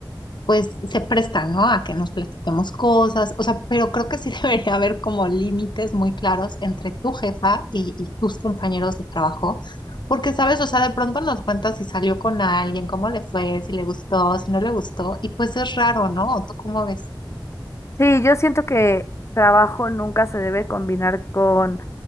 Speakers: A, on the left; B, on the left.
A: pues se presta, ¿no? A que nos platiquemos cosas, o sea, pero creo que sí <laughs> debería haber como límites muy claros entre tu jefa y, y tus compañeros de trabajo, porque, ¿sabes? O sea, de pronto nos cuenta si salió con alguien, cómo le fue, si le gustó, si no le gustó, y pues es raro, ¿no? ¿Tú cómo ves?
B: Sí, yo siento que trabajo nunca se debe combinar con